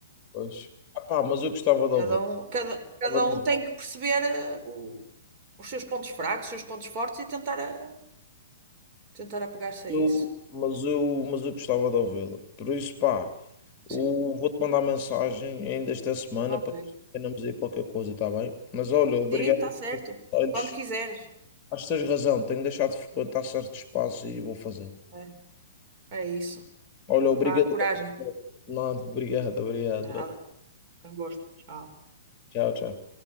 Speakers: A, on the left; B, on the right.
A: Pois. Ah, pá, mas eu gostava de
B: Cada
A: ouvir.
B: um, cada, cada
A: Gostava de
B: um
A: ouvir.
B: tem que perceber eh, o- os seus pontos fracos, os seus pontos fortes e tentar, a- tentar apegar-se a
A: Eu,
B: isso.
A: mas eu, mas eu gostava de ouvi-la. Por isso, pá,
B: Sim,
A: eu vou-te mandar mensagem ainda esta semana
B: ok.
A: para ver se combinamos aí qualquer coisa, está bem? Mas olha, obrigado
B: Sim, está certo.
A: pelos conselhos.
B: Quando quiseres.
A: Acho que tens razão, tenho deixado de frequentar certo espaço e vou fazer.
B: É, é isso.
A: Olha, obrigado.
B: Vá, coragem.
A: Não, obrigado, obrigado.
B: Nada. Foi um gosto. Tchau.
A: Tchau, tchau.